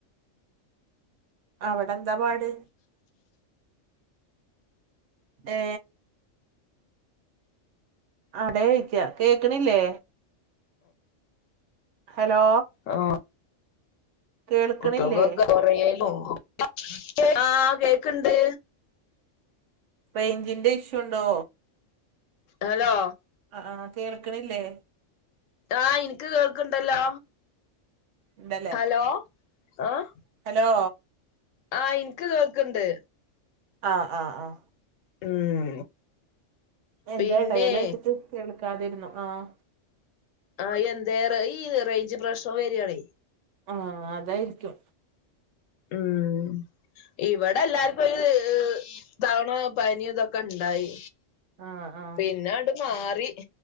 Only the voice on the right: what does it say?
അവടെന്താ പാട്. ഏ അടെയ്ക്ക്യ കേക്കണില്ലേ ഹലോ.
കേൾക്കണില്ലേ
റയ്ഞ്ചിന്റെ ഇഷ്യൂ ഉണ്ടോ
അ ആ കേൾക്കണില്ലേ
ഇണ്ടല്ലേ
ഹലോ.
ആഹ് ആഹ് ആഹ്.
എന്റെടെയില്
വെച്ച്ട്ട് കേൾക്കാതിര്ന്നു ആഹ്.
ആം അതായിരിക്കും
ആഹ് ആഹ്